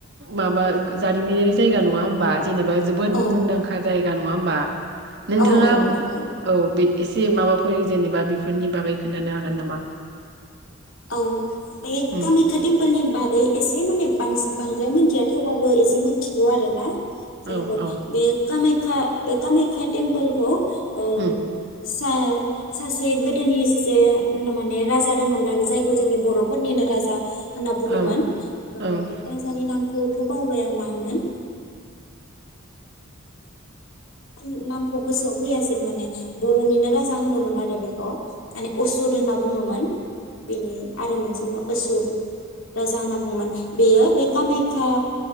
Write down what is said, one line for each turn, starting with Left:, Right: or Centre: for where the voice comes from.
Right: माबा जारिमिनारि जायगा नंङा होमबा जेनेबा जोबोद
Left: औ
Right: मुंदांखा जायगा गा नंङा होमबा नोंथांङा
Left: औ
Right: औ
Left: नंगौ
Right: बे एसे माबाफोर जेनेबा बेफोरनि बागै खोन्थानो हागोन नामा?
Left: औ बे
Right: उम
Left: कामाख्या टेम्पोलनि बागै एसे माने बांसिन बांद्राय मिथिया थेवबाबो एसे मिथिगौ आरो ना जायखौ
Right: औ औ
Left: बे खामाय खा बे खामायखा टेमपोलखौ औ
Right: उम
Left: सा सासे गोदोनि सासे माने राजा दङमोन जायखौ जोंनि बर'फोरनिनो राजा होनना बुंङोमोन।
Right: औ
Left: ओ
Right: औ
Left: राजानि नाम खौथ' बावबाय आं मामोन। आं नामखौ गोसोआव फैयासै माने बर'निनो राजा होनोमोन आरो बेखौ। माने असुर होनना बुङोमोन बेनि आरो मोनसे असुर राजा होनना बुङोमोन। बेयो बे कामाखया